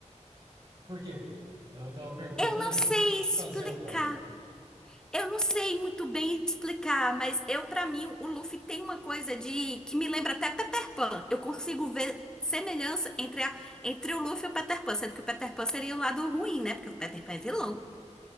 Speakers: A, on the right; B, in the centre.
A: Por quê? Eu tenho uma pergunta
B: Eu não sei
A: justa para te
B: explicar.
A: fazer agora.
B: Eu não sei muito bem explicar, mas eu, pra mim, o Luffy tem uma coisa de que me lembra até Peter Pan. Eu consigo ver semelhança entre, a, entre o Luffy e o Peter Pan, sendo que o Peter Pan seria o lado ruim, né? Porque o Peter Pan é vilão.